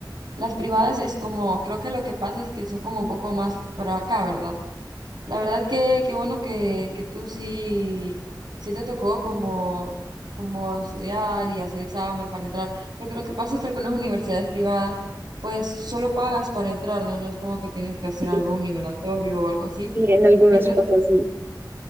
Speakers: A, on the right; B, on the right.
A: las privadas es como, creo que lo que pasa es que son como un poco más, pero acá, ¿verdad? La verdad que qué bueno que, que tú sí, sí te tocó como, como estudiar y hacer examen para entrar, porque lo que pasa es que algunas universidades privadas pues solo pagas para entrar, ¿no? No es como que tienes que hacer
B: sí,
A: algo, un nivelatorio o algo así.
B: sí, en algunas
A: Mientras,
B: pasa así.